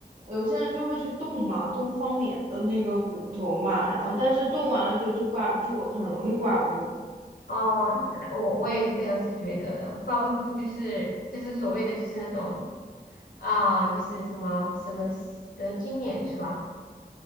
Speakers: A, on the right; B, on the left.
A: 有些人就会去动嘛，动方脸的那个骨头嘛，然后但是动完了就就挂不住，很容易挂不住。
B: 哦，那我我也这样是觉得的，挂不住就是就是所谓的就是那种啊，就是什么什么蛇精脸是吧？